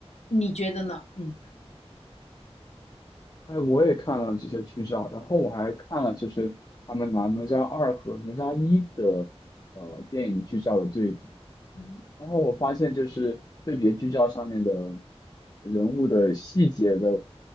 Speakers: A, on the left (about 80°); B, on the left (about 35°).
A: 你觉得呢？嗯
B: 哎，我也看了这些剧照，然后我还看了就是他们拿《哪吒二》和《哪吒一》的呃电影剧照的对比。
A: 嗯
B: 然后我发现就是对比剧照上面的人物的细节的，